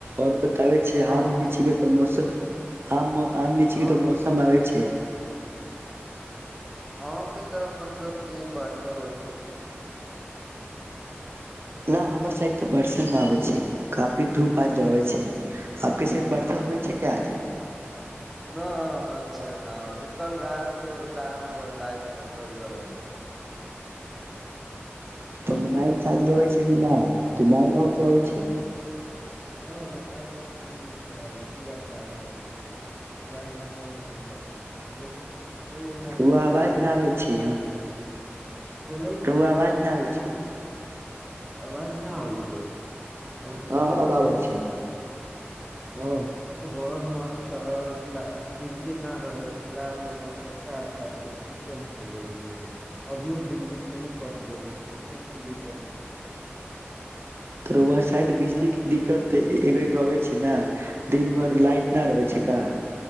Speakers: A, on the right; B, in the centre.
A: और तब छैय
B: अहाँ
A: आम
B: के
A: नीच ग तऽ मौसम आम आम लीच
B: अहाँ
A: की तऽ मौसम आबय छैय
B: अहके तरफ मतलब क वर्षा होइ छैय कि
A: न हमर साइड तऽ वर्षा नहि आबै छैय काफी धूप आज रहै छैय आबके साइड वर्षा होइ छैय क आज
B: <unintelligible>
A: तऽ मोबाइल चार्ज रहै छैय कि ना बै
B: हँ
A: छैय
B: हँ मोबाइल तऽ फूल चार्ज पूरा चार्ज रहै छैय मोबाइलमे कोनो दिक्कत नहि होइ छैय लेकिन तैयो मच्छर
A: रउआ आवाज
B: रात
A: न
B: भर
A: आबे
B: काट
A: छै
B: काटके बोलै छी
A: रउआ आवाज
B: समझल
A: न आबे छै
B: अवाज न आबय छैय <unintelligible>
A: हँ अब आबे छै हँ
B: बर मच्छर ल बिजली नहि रहलै रात भर मच्छर काट काट के सूते न देबै छै अभियो बिजली फेनो कट गेल छै तऽ फेनो दिक्कत होइ छै
A: तऽ रौआ साइड बिजली
B: अहाँके
A: क
B: तरफ
A: दिक्कत तऽ एग आबै छै न दिन भर लाइट ना <unintelligible> छिका